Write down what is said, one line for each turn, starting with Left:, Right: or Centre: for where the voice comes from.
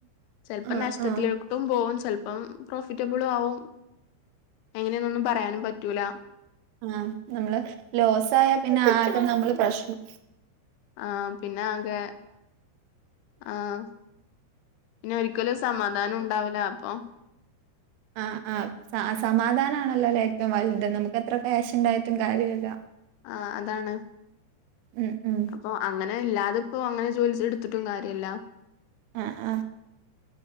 Left: ചെലപ്പോ
Right: ആ
Left: നഷ്ട്ടത്തിലോക്കും.
Right: ആ
Left: ഇപ്പൊ പോവും ചെൽപ്പം പ്രോഫിറ്റബ്ളുമാവും എങ്ങനെന്നൊന്നും പറയാനും പറ്റൂല.
Right: ആഹ് നമ്മള് ലോസ് ആയാൽ പിന്നെ ആകെ നമ്മള് പ്രശ്നം.
Left: ആഹ് പിന്നെ ആകെ ആഹ്. പിന്നെ ഒരിക്കലും സമാധാനം ഉണ്ടാവൂല അപ്പൊ.
Right: ആഹ് ആഹ് സ സമാധാനമാണല്ലോ ഏറ്റവും വലുത് നമുക്ക് എത്ര ക്യാഷ് ഉണ്ടായിട്ടും കാര്യയില്ല.
Left: ആഹ് അതാണ്
Right: ഉം ഉം
Left: അപ്പൊ. അങ്ങനെയില്ലാതെ ഇപ്പോ അങ്ങനെ ജോലി ചെ എടുത്തിട്ടും കാര്യമില്ല.
Right: ആഹ് ആഹ്